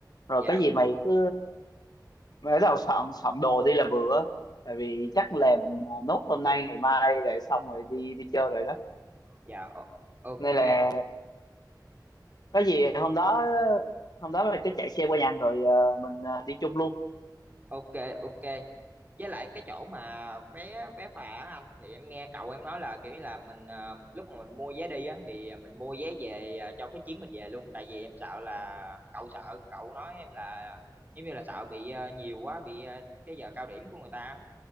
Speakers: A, on the left; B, on the right.
A: rồi
B: dạ
A: có gì mày cứ mà bắt đầu soạn soạn đồ đi là vừa á. tại vì chắc làm à, nốt hôm nay ngày mai là xong rồi đi đi chơi rồi đó
B: dạ o- ok
A: nên là có gì hôm đó hôm đó mình cứ chạy xe qua nhà anh rồi ờ, mình ờ, đi chung luôn
B: ok ok với lại cái chỗ mà vé vé phà á anh thì em nghe cậu em nói là kiểu như là mình ờ, lúc mà mình mua vé đi á thì mình mua vé về ờ, cho cái chuyến mình về luôn tại vì em sợ là cậu sợ cậu nói em là giống như là sợ bị ờ, nhiều quá bị ờ, cái giờ cao điểm của người ta